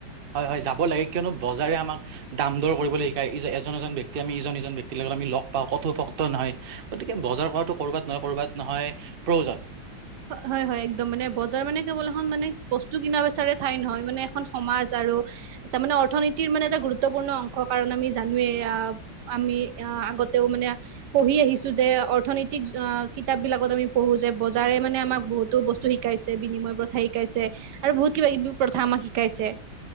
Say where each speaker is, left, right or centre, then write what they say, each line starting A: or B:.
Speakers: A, on the right; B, on the right.
A: হয়-হয় যাব লাগে, কিয়নো বজাৰে আমাক দাম দৰ কৰিবলৈ শিকায়, ই এজন-এজন ব্যক্তি আমি ইজন-ইজন ব্যক্তিলৈ তাত আমি লগ পাওঁ, কথোপকথন নহয়। গতিকে বজাৰ কৰাটো ক'ৰবাত নহয় ক'ৰবাত নহয় প্ৰয়োজন।
B: হয়-হয় একদম মানে বজাৰ মানে কেৱল এখন মানে বস্তু কিনা বিচাৰে ঠাই নহয় মানে এখন সমাজ আৰু তাৰমানে অৰ্থনীতিৰ মানে এটা গুৰুত্বপূৰ্ণ অংশ, কাৰণ আমি জানোৱে এইয়া আমি আগতেও মানে পঢ়ি আহিছোঁ যে এ অৰ্থনৈতিক অ' কিতাপ বিলাকত আমি পঢ়োঁ যে বজাৰে মানে আমাক বহুতো বস্তু শিকাইছে, বিনিময় প্ৰথা শিকাইছে আৰু বহুত কিবা-কিবি প্ৰথা আমাক শিকাইছে।